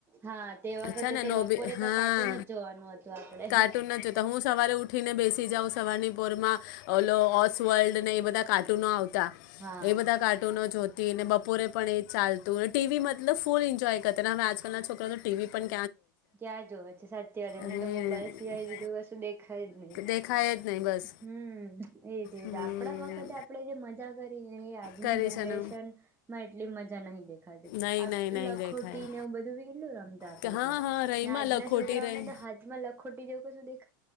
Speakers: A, on the right; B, on the left.
A: હા, તે વખતે
B: અચ્છા ને
A: તો
B: નોબી
A: બપોરે
B: હા
A: તો કાટું ન જ જોવાનું. હતું આપડે
B: કાર્ટૂન નજ જોતા હું સવારે ઉઠ ઉઠીને બેસી જાાવ સવારનીપોરમાં ઓલો ઓસ વર્લ્ડ ને એ બધા કાર્ટૂનો આવતા.
A: હા.
B: એ બધા કાર્ટૂનો જો કે એને બપોરે પણ એ ચાલતું ને, ટી વી મતલબ ફૂલ એન્જોય કરતા, હવે આજકાલના છોકરાઓ તો ટી વી પન
A: ક્યાં જોવે છે, સાચી વાત એને
B: હમ
A: તો મોબાઈલ સિવાય બીજું કશું દેખાય જ નઈ,
B: દેખાય જ નહીં બસ
A: હમ્મ, એ જ એ
B: હમ
A: જ આપણા વખતે આપણે જે મજા કરીને એ આજ આજની
B: કરી
A: જનરેશન
B: છે ને
A: માં એ એટલી મજા નહીં દેખ ખાતી,
B: નહીં નહીં નહીં
A: લખોટી
B: દેખાય
A: ને એવું બધું કેટલું રમતા આપડે
B: કે હા
A: તો
B: હા રહીમાં
A: ને આજના
B: લખોટી
A: છોકરાઓને
B: રહી
A: તો હાથમાં લખોટી બીજુ કશુ દે